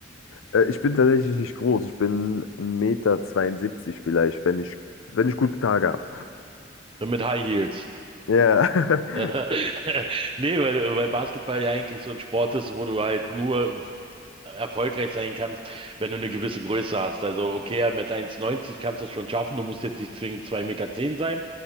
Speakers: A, on the left; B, on the right.
A: Äh, ich bin tatsächlich nicht groß. Ich bin 1,72 Meter zweiundsiebzig vielleicht, wenn ich, wenn ich gute Tage habe.
B: Mit High Heels.
A: Ja, <laughs>
B: <laughs> Nee, weil, weil Basketball ja eigentlich so ein Sport ist, wo du halt nur erfolgreich sein kannst, wenn du eine gewisse Größe hast. Also okay, mit 1,90 kannst du es schon schaffen, du musst jetzt nicht zwingend 2,10 Meter zehn sein,